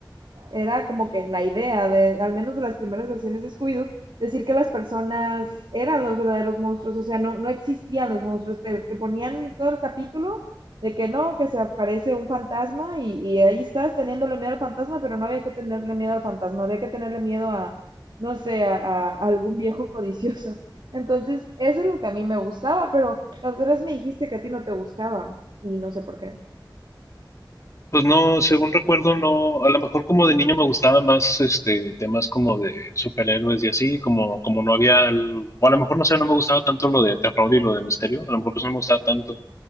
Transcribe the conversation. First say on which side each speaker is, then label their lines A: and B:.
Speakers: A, on the right; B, on the left.
A: era como que la idea de, al menos de las primeras versiones de Scooby-Doo, decir que las personas eran los verdaderos monstruos, o sea, no, no existían los monstruos, te, te ponían todo el capítulo de que no, que se aparece un fantasma y, y ahí estás teniéndole miedo al fantasma, pero no había que tenerle miedo al fantasma, había que tenerle miedo a, no sé, a, a algún viejo <laughs> codicioso. Entonces, eso es lo que a mí me gustaba, pero la otra vez me dijiste que a ti no te gustaba y no sé por qué.
B: Pues no, según recuerdo, no, a lo mejor como de niño me gustaba más este temas como de superhéroes y así, como como no había, el- o a lo mejor no sé, no me gustaba tanto lo de terror y lo de misterio, a lo mejor pues no me gustaba tanto.